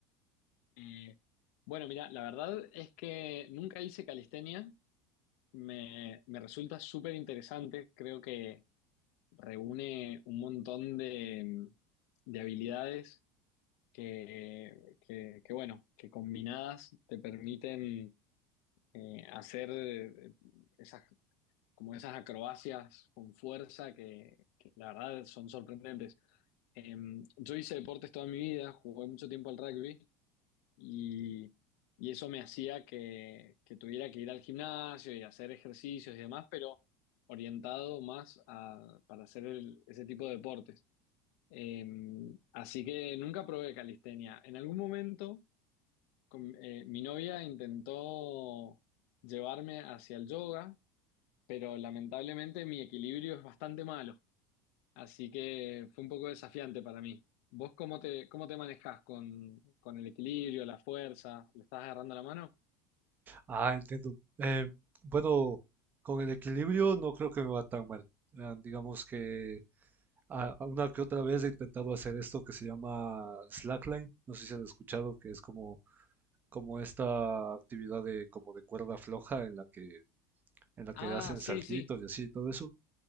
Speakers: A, on the left (about 65°); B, on the right (about 25°).
A: Eh, bueno, mira, la verdad es que nunca hice calistenia. Me, me resulta súper interesante. Creo que reúne un montón de, de habilidades que, que- que, bueno, que combinadas te permiten eh, hacer eh, esas, como esas acrobacias con fuerza que, que la verdad son sorprendentes. Em, yo hice deportes toda mi vida, jugué mucho tiempo al rugby y, y eso me hacía que, que tuviera que ir al gimnasio y hacer ejercicios y demás, pero orientado más a, para hacer el- ese tipo de deportes. Eh, así que nunca probé calistenia. En algún momento con- eh, mi novia intentó llevarme hacia el yoga, pero lamentablemente mi equilibrio es bastante malo. Así que fue un poco desafiante para mí. ¿Vos cómo te, cómo te manejás con, con el equilibrio, la fuerza? ¿Le estás agarrando la mano?
B: Ah, entiendo. Em, bueno, con el equilibrio no creo que me va tan mal. Ah, digamos que a- a una que otra vez he intentado hacer esto que se llama slackline. No sé si has escuchado que es como, como esta actividad de, como de cuerda floja en la que en la
A: Ah,
B: que hacen
A: sí,
B: saltitos
A: sí.
B: y así, todo eso.